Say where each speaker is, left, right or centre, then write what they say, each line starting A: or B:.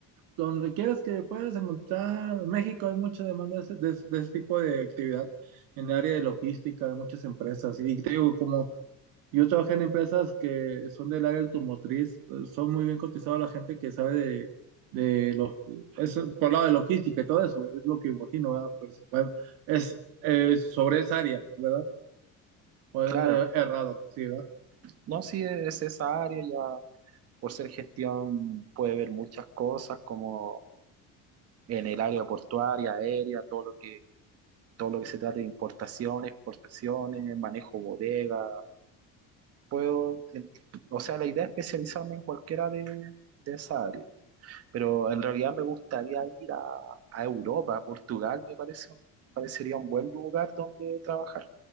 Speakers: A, on the right (about 75°); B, on the right (about 45°).
A: Donde quieras que puedas encontrar, en México hay mucha demanda de ese, de ese- de ese tipo de actividad en el área de logística de muchas empresas. Y te digo, como yo trabajé en empresas que son del área automotriz, eh, son muy bien cotizados la gente que sabe de, de lo- es por lado de logística y todo eso, es lo que imagino, ¿verdad? Pues, bueno, es eh, sobre esa área, ¿verdad? O ando
B: Claro,
A: errado, sí, ¿verdad?
B: no, si es esa área, ya por ser gestión puede ver muchas cosas como en el área portuaria, aérea, todo lo que, todo lo que se trate de importaciones, exportaciones, manejo bodega. Puedo, eh, o sea, la idea es especializarme en cualquiera de, de esa área. Pero en realidad me gustaría ir a, a Europa, a Portugal, me parece, un- me parecería un buen lugar donde trabajar